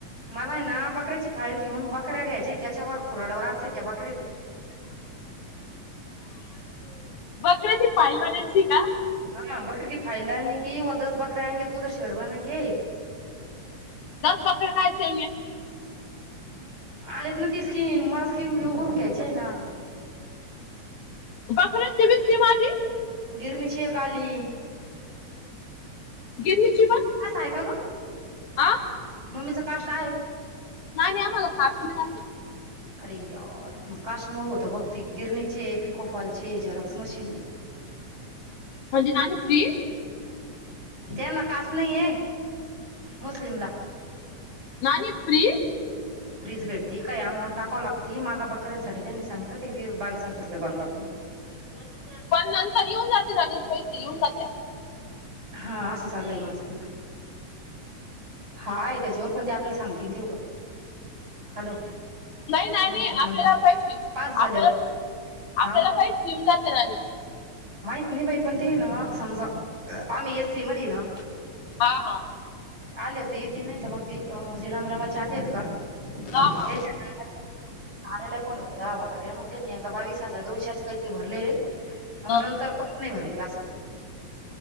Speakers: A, on the right; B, on the left.
A: मला ना बकऱ्याची फाईल घेऊन बकऱ्या घ्यायची त्याच्यावर कुरड वाच त्या बकरीच
B: कधी ी पायल बनायची का?
A: हा बकरी क फाल लानी की उदस बकरे आये त उदर शेड बनयेंगे.
B: दस बकरे खायचे हंगे.
A: आलेत ना ती स्कीम मला स्कीम घे करून घ्यायची आहे ना.
B: बकऱ्याची बी स्कीम आली.
A: गिरणीचीय आली.
B: गिरनी ची पण
A: अप आहे का ग?
B: आं
A: मम्मीचं काष्ट आहे.
B: नाही मी आम्हाला खासून ही घातलं.
A: अरे यार मग काशमूळ होतं बघ ती गिरणीची आहे पिकोफालची आहे झेरक्स मशीन आहे.
B: म्हणजे ना नी प्री
A: त्याना काष्ट नाही आहे मुस्लिमला.
B: नानी प्री
A: फ्रीज भेटती काय अमाऊंट टाकाव लागती मला बकऱ्यांसाठी त्यांनी सांगितलं फी बिव बावीस हजार रुपये भरा लागल. अंदार चे
B: पण नंतर येऊन जाते ना नाणी पैसे येऊन जात्या.
A: हा असं चाललंय माझं. हाय त्याच्यावर पण ते आपल्याला सांगतीन तेवढं. हॅलो.
B: नाही नाणी
A: नंतर
B: आपल्याला
A: नंतर
B: पैशे
A: पाच झाल्यावर
B: आपल्याला प
A: हा
B: आपल्याला पैशे येऊन जाते नाणी.
A: माहित नाही बाई पण ते ना समजा आम्ही एस सी मध्ये ना
B: हा हा.
A: आले तर येतीन नाही तर मंग ती अ जेरांदराबाच्या आत येत गं.
B: हा हा
A: त्यांच्या. <inaudible> आलेला पण होतरा बकऱ्या मग त्यांनी एकदा बावीस हजार दोनशे असं काहीतरी भरले. मग
B: हा
A: नंतर परत नाही भरले असं.